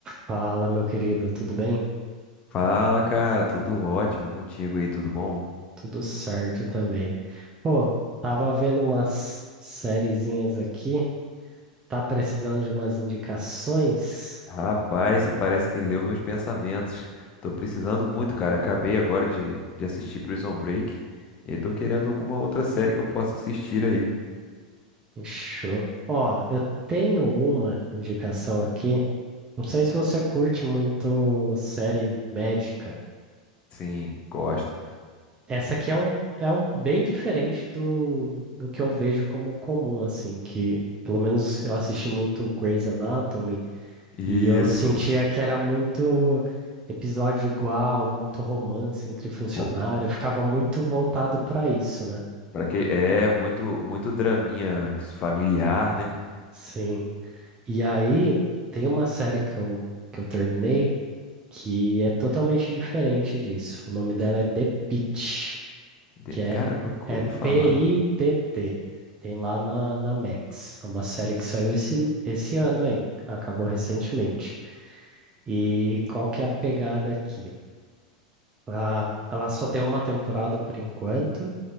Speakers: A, on the right; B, on the left.
A: Fala, meu querido, tudo bem?
B: Fala, cara, tudo ótimo e contigo aí, tudo bom?
A: Tudo certo também. Pô, tava vendo umas sériezinhas aqui, tá precisando de umas indicações?
B: Rapaz, você parece que leu meus pensamentos. Tô precisando muito, cara. Acabei agora de, de assistir Prison Break e tô querendo alguma outra série que eu possa assistir aí.
A: Fechou. Ó, eu tenho uma indicação aqui. Não sei se você curte muito série médica.
B: Sim, gosto.
A: Essa aqui é um, é um bem diferente do, do que eu vejo como comum, assim, que pelo menos eu assisti muito Grey's Anatomy
B: Isso.
A: E eu sentia que era muito episódio igual, muito romance entre funcionários,
B: Pô,
A: eu ficava muito voltado para isso, né?
B: pra que é muito muito draminha familiar, né?
A: Sim. E aí tem uma série que eu, que eu terminei que é totalmente diferente disso. O nome dela é The Pitt,
B: De-
A: que é,
B: Cara, nunca
A: é
B: ouvi falar.
A: P-I-T-T. Tem lá na, na Max. É uma série que saiu esse, esse ano aí, acabou recentemente. E qual que é a pegada aqui? A- ela só tem uma temporada por enquanto